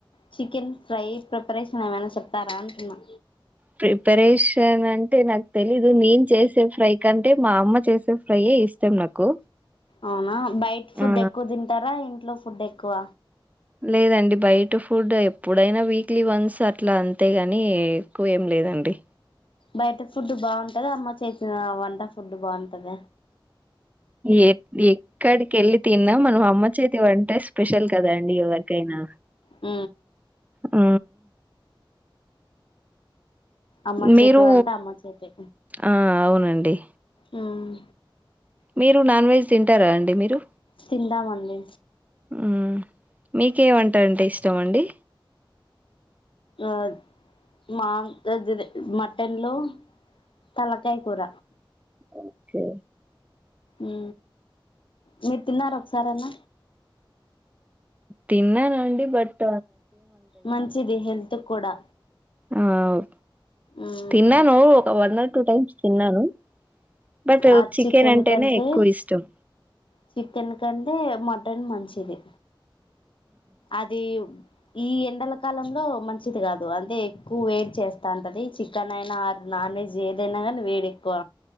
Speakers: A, on the left (about 75°); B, on the right (about 15°).
A: చికెన్ ఫ్రై ప్రిపరేషన్ ఏమన చెప్ స్తారా అంటున్నా
B: ప్రిపరేషన్ అంటే నాకు తెలీదు నేను చేసే ఫ్రై కంటే మా అమ్మ చేసే ఫ్రైయే ఇష్టం నాకు
A: అవునా బైట్ ఫుడ్
B: ఆ
A: ఎక్కువ తింటారా ఇం ట్లో ఫుడ్ ఎక్కువ
B: లేదండి బయట ఫుడ్ ఎప్పుడైనా వీక్లీ వన్స్ అట్లా అంతేగాని ఎక్కువేం లేదండి
A: బయట ఫుడ్ బాగుంటద అమ్మ చేతిిన వంట ఫుడ్డు బాగుంటద
B: ఎ ఎక్కడికి వెళ్ళి తిన్నా మనం అమ్మ చేతి వంటే స్పెషల్ కదండి ఎవరికైనా
A: ఊ
B: ఊ
A: అమ్మ చేతి
B: మీరు
A: వంట అమ్మ చేతి
B: ఆ అవునండి
A: మ్మ్
B: మీరు నాన్ వెజ్ తింటారా అండి మీరు
A: తింటా మండి
B: ఊ మీకేవంటంటే ఇష్టం అండి
A: ఆ మా అజిదే మటన్ లో తలకాయ కూర
B: ఓకే
A: ఊ మీరు తిన్నార ఒకసారన్న
B: తిన్నానండి బట
A: మంచిది హెల్త్ కూడా
B: ఆవ్
A: మ్మ్
B: తిన్నాను ఒక వన్ ఆర్ టూ టైమ్ తిన్నాను బట్
A: ఆ చికెన్
B: అంటేనే
A: కంటే
B: ఎక్కువ ఇష్టం
A: చికెన్ కంటే మటన్ మంచి ఇది అది ఈ ఎండల కాలంలో మంచిది కాదు అంతే ఎక్కువ వేడి చేస్తా అంటది చికెన్ అయినా నాన్ వెజ్ ఏదైనా కానీ వేడి ఎక్కువ